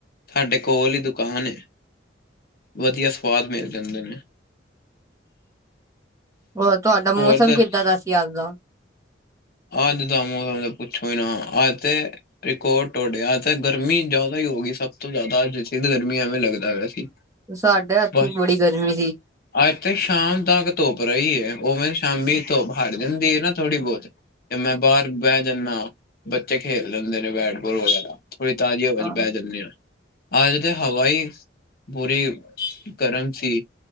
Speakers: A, on the left; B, on the right.
A: ਸਾਡੇ ਕੋਲ ਹੀ ਦੁਕਾਨ ਹੈ। ਵਧੀਆ ਸੁਵਾਦ ਮਿਲ ਜਾਂਦੇ ਨੇ।
B: ਹੋਰ ਤੁਹਾਡਾ ਮੌਸਮ
A: ਹੋਰ ਤੇ
B: ਕਿੱਦਾਂ ਦਾ ਸੀ ਅੱਜ ਦਾ?
A: ਅੱਜ ਦਾ ਮੌਸਮ ਤੇ ਪੁੱਛੋ ਹੀ ਨਾ, ਅੱਜ ਤੇ ਰਿਕੋਡ ਟੋਡੇ ਅੱਜ ਤੇ ਗਰਮੀ ਜ਼ਿਆਦਾ ਹੀ ਹੋ ਗਈ ਸਭ ਤੋਂ ਜ਼ਿਆਦਾ ਅੱਜ ਸਿੱਧ ਗਰਮੀ ਐਵੇਂ ਲੱਗਦਾ ਹੋਇਆ ਸੀ।
B: ਸਾਡੇ ਇੱਥੇ
A: ਬਸ,
B: ਬੜੀ ਗਰਮੀ ਸੀ।
A: ਅੱਜ ਤੇ ਸ਼ਾਮ ਤੱਕ ਧੁੱਪ ਰਹੀ ਹੈ ਓਵੇ ਸ਼ਾਮੀ ਤੋਂ ਭਾਡ ਦਿੰਦੀ ਆ ਨਾ, ਥੋੜ੍ਹੀ ਬਹੁਤ ਤੇ ਮੈਂ ਬਾਹਰ ਬਹਿ ਜਾਂਦਾ ਆ, ਬੱਚੇ ਖੇਲ ਲੈਂਦੇ ਨੇ ਬੈਟ ਬੋਲ ਵਗੈਰਾ। ਥੋੜੀ ਤਾਜ਼ੀ ਹਵਾ
B: ਹਾਂ,
A: ਚ ਬਹਿ ਜਾਨੇ ਆਂ। ਅਜ ਤੇ ਹਵਾਈ ਬੂਰੀ ਗਰਮ ਸੀ।